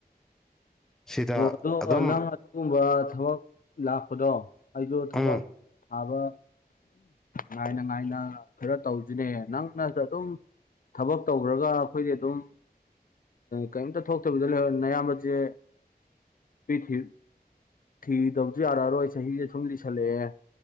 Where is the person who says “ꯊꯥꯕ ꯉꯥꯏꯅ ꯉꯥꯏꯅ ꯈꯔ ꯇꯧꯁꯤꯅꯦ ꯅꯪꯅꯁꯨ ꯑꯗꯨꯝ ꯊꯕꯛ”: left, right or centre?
Left